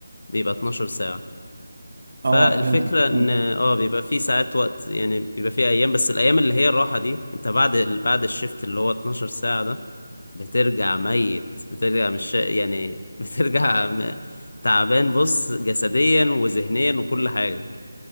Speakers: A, on the left; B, on the right.
A: بيبقى 12 ساعة فالفكرة
B: اه فهمت
A: ان
B: فهمت.
A: اه بيبقى في ساعات وقت يعني بيبقى في ايام بس الايام اللي هي الراحة دي انت بعد ال... بعد الشفت اللي هو 12 ساعة ده بترجع ميت بترجع مش يعني <laughs> بترجع م- تعبان بص جسديا وذهنيا وكل حاجة